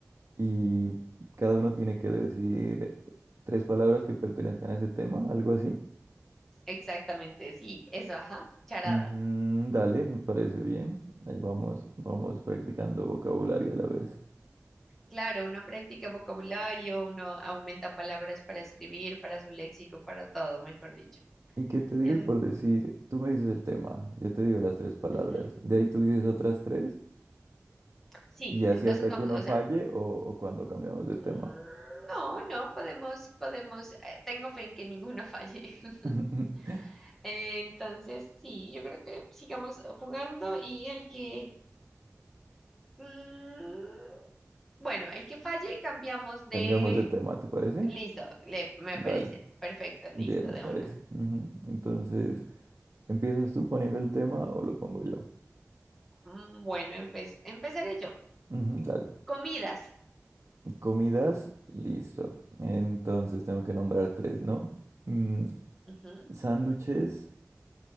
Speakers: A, on the right; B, in the centre.
A: y cada uno tiene que decir tres palabras que pertenezcan a ese tema, algo así.
B: Exactamente, sí, eso, ajá, charadas.
A: Mm, dale, me parece bien. Ahí vamos, vamos practicando vocabulario a la vez.
B: Claro, uno practica vocabulario, uno aumenta palabras para escribir, para su léxico, para todo, mejor dicho.
A: ¿Y qué te digo?
B: En-
A: Y por decir, tú me dices el tema, yo te digo las tres palabras,
B: ujú,
A: de ahí tú dices otras tres
B: Sí,
A: y así
B: entonces
A: hasta
B: vamos,
A: que uno
B: o
A: falle
B: sea,
A: o, o cuando cambiamos de tema.
B: mm, no, no, podemos, podemos, eh, tengo fe en que ninguno falle. <laughs>
A: <laughs>
B: Entonces, sí, yo creo que sigamos jugando y el que, mm, bueno, el que falle cambiamos de,
A: Cambiamos de tema, ¿te parece?
B: listo, le, me
A: Dale,
B: parece perfecto, listo,
A: bien, me
B: de
A: parece.
B: una.
A: Ujú, Entonces, ¿empiezas tú poniendo el tema o lo pongo yo?
B: Mm, Bueno, empe- empezaré yo.
A: Ujú, dale,
B: Comidas.
A: comidas, listo. Entonces tengo que nombrar tres, ¿no? Mm,
B: Ujú,
A: sándwiches,